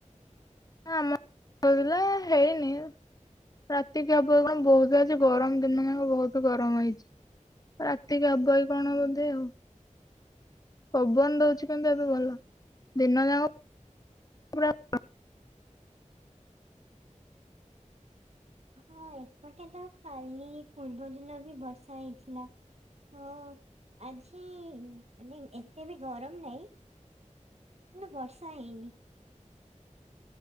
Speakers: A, on the left; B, on the right.
A: ନା ଆମ ଏପଟରେ ହେଇନି ରାତିକ ହବ କି କଣ ବହୁତ ଆଜି ଗରମ ଦିନ ଯାକ ବହୁତ ଗରମ ହେଇଛି ରାତିକି ହବ କି କଣ ବୋଧେ ଆଉ ପବନ ଦଉଛି କିନ୍ତୁ ଏବେ ଭଲ ଦିନ ଯାକ। <unintelligible>
B: ହଁ ଏପଟେ ତ କାଲି ପୂର୍ବ ଦିନ ବି ବର୍ଷା ହେଇଥିଲା ତ ଆଜି ମାନେ ଏତେ ବି ଗରମ ନାହିଁ କିନ୍ତୁ ବର୍ଷା ହେଇନି।